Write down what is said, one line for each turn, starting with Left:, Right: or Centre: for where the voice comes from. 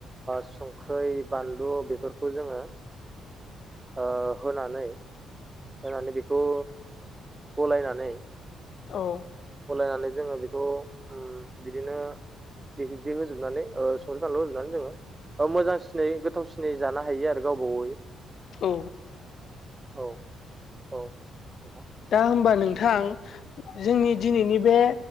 Right: संख्रै बानलु बेफोरखौ जोङो ओ होनानै होनानैनै बेखौ गलायनानै
Left: औ
Right: गलायनानै जोङो बेखौ उम बिदिनो बिबायदि होजोबनानै ओ सख्रि फानलौ होजोबनानै जोङो ओ मोजांसिनै गोथावसिनै जानो हायो आरो गावबवै
Left: औ।
Right: औ औ। नोंथां
Left: दा होमबा नोंथां जोंनि दिनैनि बे